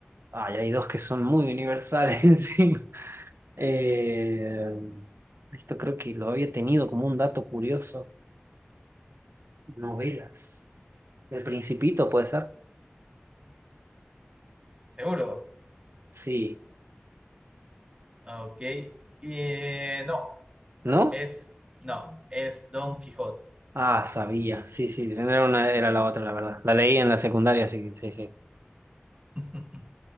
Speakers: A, on the right; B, on the right.
A: Ay, hay dos que son muy universales <laughs> encima. Eh, esto creo que lo había tenido como un dato curioso. Novelas. El Principito puede ser.
B: ¿Seguro?
A: Sí,
B: Ah, Ok. Y, eh, no,
A: ¿no?
B: es, no, es Don Quijote.
A: Ah, sabía. Sí, sí, sí, era una, era la otra, la verdad. La leí en la secundaria, sí, sí, sí.
B: <laughs>